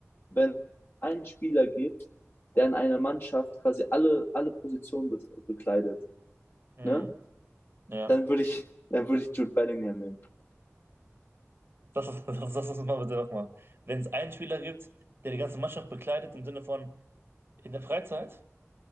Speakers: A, on the left; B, on the right.
A: wenn ein Spieler gibt, der in einer Mannschaft quasi alle, alle Positionen bet- bekleidet,
B: Mhm.
A: ne?
B: Ja.
A: dann würde ich, dann würde ich Jude Bellingham nehmen.
B: Das, das, <laughs> das, das müssen wir bitte nochmal. Wenn es einen Spieler gibt, der die ganze Mannschaft bekleidet im Sinne von in der Freizeit?